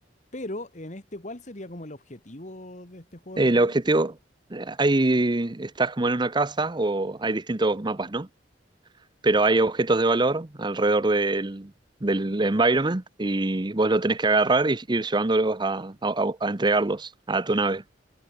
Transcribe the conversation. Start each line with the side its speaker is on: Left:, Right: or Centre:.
Left: Pero en este, ¿cuál sería como el objetivo de este juego
Right: El
Left: del repo?
Right: objetivo, eh, hay, estás como en una casa o hay distintos mapas, ¿no? Pero hay objetos de valor alrededor del, del environment y vos lo tenés que agarrar y ir llevándolos a a- a- a entregarlos a tu nave.